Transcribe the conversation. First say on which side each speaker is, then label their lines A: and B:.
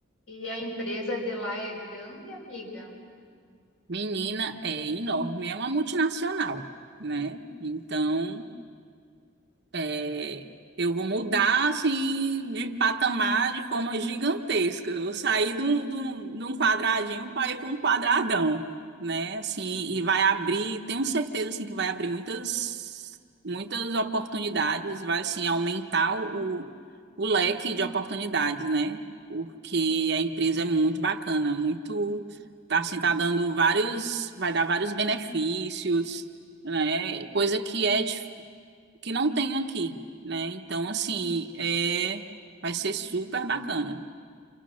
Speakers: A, on the left (about 70°); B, on the right (about 55°).
A: e a empresa de lá é grande, amiga.
B: Menina é enorme, é uma multinacional, né? Então É, eu vou mudar assim de patamar de forma gigantesca. Eu saí de um, de um, de um quadradinho para ir para um quadradão, né? Assim, e vai abrir, tenho certeza assim que vai abrir muitas muitas oportunidades, vai assim aumentar o, o leque de oportunidades, né? Porque a empresa é muito bacana, muito tá assim tá dando vários, vai dar vários benefícios né? Coisa que é que não tem aqui, né? Então, assim, é, vai ser super bacana.